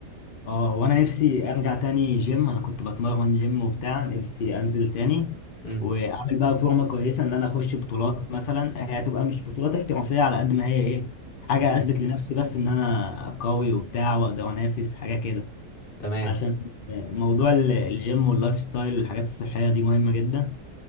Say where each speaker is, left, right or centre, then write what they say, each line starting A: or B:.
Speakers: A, on the left; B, on the left.
A: اه هو انا نفسي ارجع تاني جيم انا كنت بتمرن جيم وبتاع نفسي انزل تاني
B: امم
A: واعمل بقى فورمه كويسه ان انا اخش بطولات مثلا هي هتبقى مش بطولات احترافيه على قد ما هي ايه حاجه
B: امم
A: اثبت لنفسي بس ان انا قوي وبتاع واقدر انافس حاجه كده
B: تمام
A: عشان موضوع ال- الجيم واللايف ستايل والحاجات الصحيه دي مهمه جدا